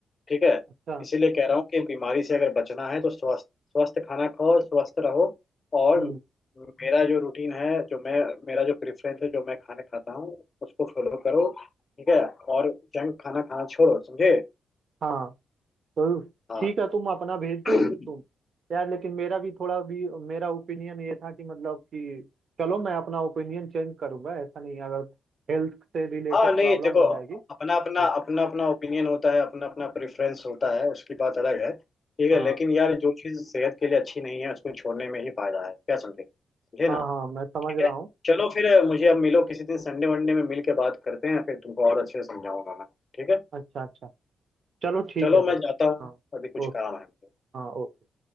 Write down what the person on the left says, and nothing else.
ठीक है
इसीलिए कह रहा हूँ कि बीमारी से अगर बचना है तो स्वस्थ स्वस्थ खाना खाओ स्वस्थ रहो और
मेरा जो रूटीन है जो मैं मेरा जो प्रेफरेंस है जो मैं खाने खाता हूँ उसको फॉलो करो ठीक है और जंक खाना खाना छोड़ो समझे
हाँ
<clears throat>
हाँ नहीं
देखो
अपना
अपना अपना अपना ओपिनियन होता है अपना अपना प्रेफरेंस होता है उसकी बात अलग है ठीक
है लेकिन यार जो चीज़ सेहत के लिए अच्छी नहीं है उसको छोड़ने में ही फायदा है क्या समझे समझे
ना
ठीक
है
चलो फिर मुझे अब मिलो किसी दिन संडे वनडे में मिल के बात करते हैं फिर तुमको और अच्छे से समझाऊंगा मैं ठीक है
चलो
मैं
जाता हूँ
अभी कुछ
काम है मुझे